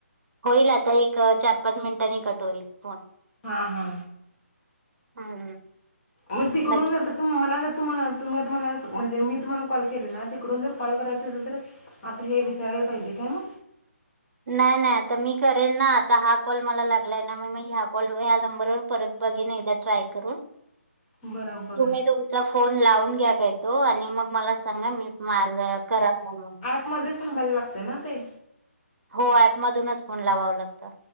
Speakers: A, on the right; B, on the left.
A: होईल आता एक चार पाच मिनिटांनी कट होईल फोन.
B: हा हा
A: हम्म
B: म तिकडून
A: मग
B: जाता त मला जर तुम्हाला तुम्ही आता मला असं म्हणजे मी तुम्हाला कॉल केलेला तिकडून जर कॉल करायचां असेल तर आता हे विचारायला पाहिजे काय म
A: नाय नाय आता मी करेन ना आता हा कॉल मला लागलाय ना मग मी ह्या कॉल ह्या नंबरवर परत बघिन एकदा ट्राय करून
B: <unintelligible> बघा
A: तुम्ही तुमचा फोन लावून घ्या का येतो आणि मग मला सांगा मी माल फोन मंग
B: मध्येच थांबायला लागते ना ते
A: हो ऍपमधूनच फोन लावाव लागतं